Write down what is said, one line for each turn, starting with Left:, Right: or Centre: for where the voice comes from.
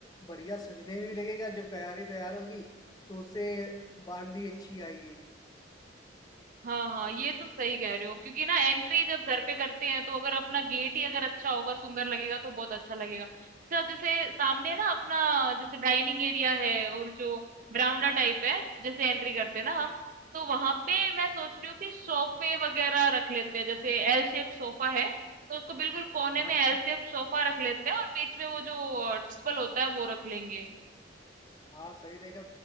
Left: बढ़िया सजने भी लगेगा जब तैयारी तैयार होगी तो उससे बात भी अच्छी आएगी
Right: हाँ हाँ ये तुम सही कह रहे हो क्योंकि ना एंट्री जब घर पे करते हैं तो अगर अपना गेट ही अगर अच्छा होगा सुंदर लगेगा तो बहुत अच्छा लगेगा अच्छा जैसे सामने ना अपना जैसे डाइनिंग एरिया है और जो बरामदा टाइप है तो जैसे एंट्री करते हैं ना हम तो वहां पे मैं सोच रही हूँ कि सोफे वगैरह रख लेते हैं जैसे एल शेप सोफा है तो उसको बिल्कुल कोने
Left: हाँ
Right: में एल शेप सोफा रख लेते हैं और बीच में वो जो टेबल होता है वो रख लेंगे
Left: हाँ सही रहेगा